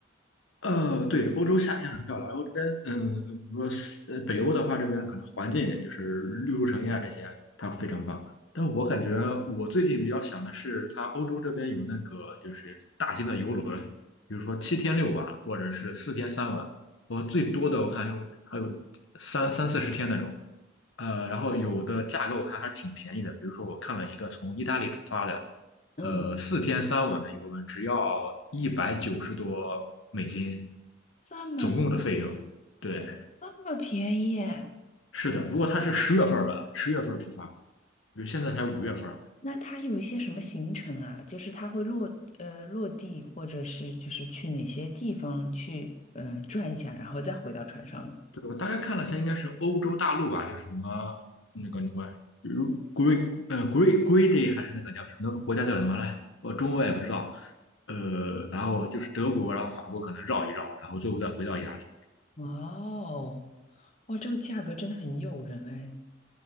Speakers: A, on the left (about 75°); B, on the left (about 35°).
A: 呃，对，欧洲夏天很漂亮。欧洲这边，嗯，比如说呃北欧的话，这边可能环境就是绿树成荫啊，这些它非常棒。但我感觉我最近比较想的是，它欧洲这边有那个就是大型的游轮，比如说七天六晚，或者是四天三晚。我最多的我看还有还有三三四十天那种。呃，然后有的价格我看还是挺便宜的，比如说我看了一个从意大利出发的。
B: 嗯，
A: 呃，四天三晚的游轮只要一百九十多美金，
B: 这么
A: 总共的费用。对，
B: 这么便宜耶
A: 是的，如果它是十月份儿的，十月份儿出发，比如现在才五月份儿，
B: 那它有一些什么行程啊？就是它会落呃落地，或者是就是去哪些地方去嗯、呃转一下，然后再回到船上吗？
A: 对，我大概看了一下，应该是欧洲大陆吧，就是什么那个什么，如 Gre 呃 Gre Greedy 还是那个叫什么那个国家叫什么来？我中文我也不知道。呃，然后就是德国，然后法国可能绕一绕，然后最后再回到意大利。
B: 哇哦，哇，这个价格真的很诱人哎。